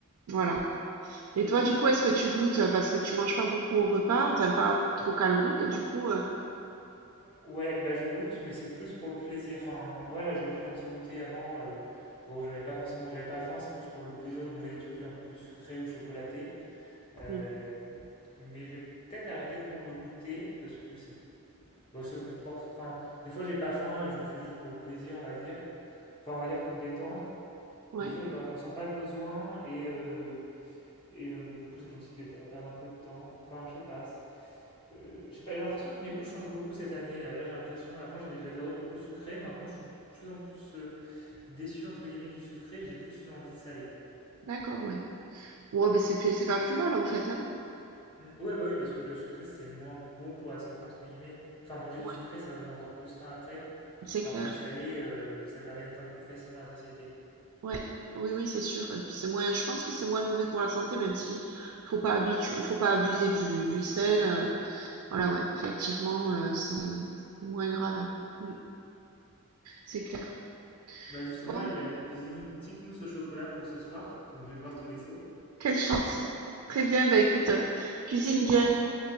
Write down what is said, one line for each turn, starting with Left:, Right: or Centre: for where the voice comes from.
Right: Voilà. Et
Left: Ok.
Right: toi du coup est-ce que tu goûtes euh, parce que tu manges pas beaucoup au repas, enfin pas trop calorique du coup. euh,
Left: Ouais, bah je goûte, mais c'est plus pour le plaisir. Enfin, en vrai, là j'ai pris un petit goûter avant. euh, bon, j'en ai pas forcément, j'avais pas faim, c'est plus pour le plaisir de manger des trucs un peu plus sucrés ou chocolatés. Euh,
Right: hmm.
Left: mais je vais peut-être arrêter de prendre le goûter parce que c'est Bon, ça me fait force. Enfin, des fois, j'ai pas faim et je le fais juste pour le plaisir, on va dire. Enfin, on va dire pour me détendre.
Right: Ouais,
Left: Mais des fois, je, ben, je ressens pas le besoin et, euh, et euh, du coup, ça fait aussi peut-être perdre un peu de temps. Enfin, je sais pas. c'est- euh, je sais pas, j'ai l'impression que mes goûts changent beaucoup cette année. Euh, là, j'ai l'impression. Avant, j'aimais- j'adorais beaucoup le sucré. Maintenant, je suis de plus en plus euh, déçu, entre guillemets, du sucré. J'ai plus une envie de salé. Voilà.
Right: d'accord, ouais. Ouais, ben c'est p- c'est pas plus mal en fait, hein.
Left: Mm. Ouais, bah oui, parce que le sucré, c'est moins bon pour la santé, entre guillemets. Enfin, manger
Right: Ouais,
Left: du sucré, ça redonne encore plus faim après.
Right: c'est clair.
Left: Alors que le salé, euh, ça permet d'atteindre plus facilement la satiété.
Right: Ouais. Oui, oui, c'est sûr. Et puis c'est moins, je pense que c'est moins mauvais pour la santé, même si faut pas habitu- faut pas abuser du, du sel. euh, Voilà, ouais, effectivement, euh, c'est c'est moins grave. Mm, C'est clair.
Left: Bah justement,
Right: Bon,
Left: là, je vais aller me cuisiner une petite mousse au chocolat pour ce soir, donc je vais devoir te laisser.
Right: quelle chance. Très bien, bah écoute, euh, cuisine bien.